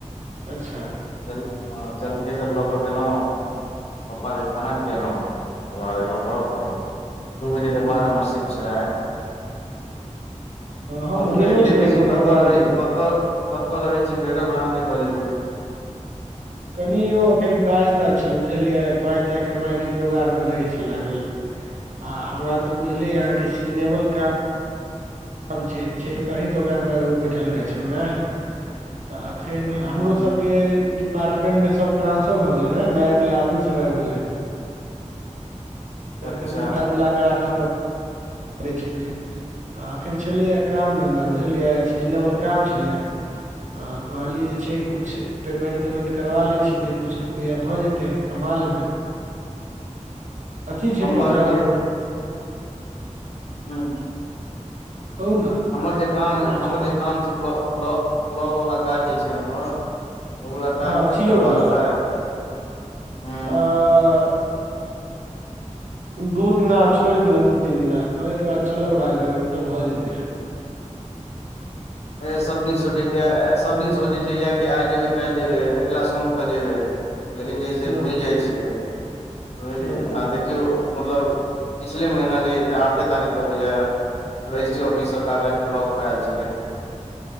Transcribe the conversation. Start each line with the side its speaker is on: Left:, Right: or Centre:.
Right: अच्छा।
Left: ज- जलखै सब लऽ कऽ गेलहु? पप्पा के खाना खियएलहुँ तकर बाद एलहुँ घर पर दू बजे
Right: हँ
Left: के बाद हमर शिफट छला है।
Right: हम
Left: अहुूँ
Right: गेलो
Left: लायेक
Right: छलहुँ
Left: देखै
Right: एक बेर
Left: छी
Right: भगवानपुर
Left: कतऽ रहै क- त-कत रहै छी भेटो- घांट नय करै छी।
Right: कनि यौ एखन काज ताज छलै बुझलियै पाइ ताइ कमाइके जोगारमे रहै छी लागल। आ हमरा तऽ बुझले अय अहाँ के सीजनेबल काम कम छै, छै त अहिं के दोकान पर आबि कऽ बैठल रहै छलहुँ ने। तऽ अखैन हमरो
Left: ह
Right: सभके डिपार्टमेन्टमे सब ट्रांसफर भए गेलै ने नया नया आदमी सब आइब गेलै। तऽ
Left: अच्छा
Right: कनि मिला जुला कऽ राखय पड़ पड़ै छै बुझ तऽ एखन छलैए काम धन्धा बुझलियै सीजनेबल काम छलैए। तऽ कहलियै जे छै कुछ पेमेन्ट तेमेन्ट तेमेन्ट करबा लै छी जे कुछ रुपैआ भऽ जेतै। कमा लेबै। अथी छै
Left: हमर
Right: मतलब
Left: जे हँ-
Right: कहु ने अहाँ
Left: हमर जे काम जे
Right: कुछ
Left: हमर
Right: कह
Left: जे काम छै, ब्ला-ब्ला-ब्लॉक वला काज जे छै हमर ओ वाला
Right: हँ
Left: काज नहि
Right: सी
Left: करबा
Right: ओ वला,
Left: देबै हूँ
Right: आ- दू दिना छोड़ि दिअउ, दू -तीन दिना तय के बाद चलब राजनगर उ तऽ भऽ जेते। <inaudible>
Left: ए सभ दिन सोचय छिय आय- सभदिन सोचय छै यै कि आइ जेबय काइल जेबै अगला सोम क जेबय। लेकिन जइसे
Right: हूँ
Left: भुइल जाइ छियै बुझलियै
Right: हूँ
Left: आब देखियौ मतलब पिछले महीना जे अय स आठे तारीख के बुझाइया र- रजिस्ट्री ऑफिससँ कागज ब्लॉक में ऐल छलै।